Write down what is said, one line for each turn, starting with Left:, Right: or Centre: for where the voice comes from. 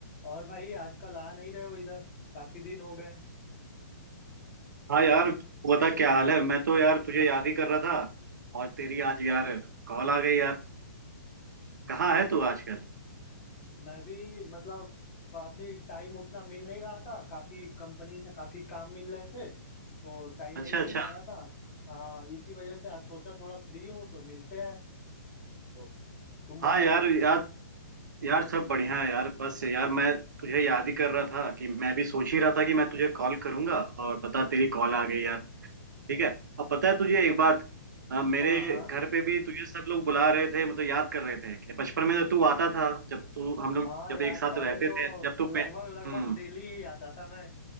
Left: और भाई आजकल आ नहीं रहे हो इधर काफी दिन हो गए
Right: हाँ यार तू बता क्या हाल है मैं तो यार तुझे याद ही कर रहा था और तेरी आज यार कॉल आ गई यार कहाँ है तू आजकल
Left: मैं भी मतलब काफी टाइम उतना मिल नहीं रहा था काफी कंपनी से काफी काम मिल रहे थे तो टाइम
Right: अच्छा
Left: नहीं दे
Right: अच्छा
Left: पा रहा था हाँ इसी वजह से आज सोचा थोड़ा फ्री हूँ तो मिलते हैं तो तुम बताओ
Right: हाँ यार यार यार सब बढ़िया है यार बस यार मैं तुझे याद ही कर रहा था कि मैं भी सोच ही रहा था कि मैं तुझे कॉल करूंगा और पता तेरी कॉल आ गई यार ठीक है अब पता है तुझे एक बात अ, मेरे
Left: हाँ हाँ
Right: घर पे भी तुझे सब लोग बुला रहे थे मतलब याद कर रहे थे कि बचपन में जब तू आता था जब तू हम लोग
Left: हाँ
Right: जब
Left: यार
Right: एक साथ
Left: पहले
Right: रहते
Left: तो
Right: थे जब तू
Left: लगभग
Right: पे-
Left: लगभग
Right: हम्म
Left: डेली ही आता था मैं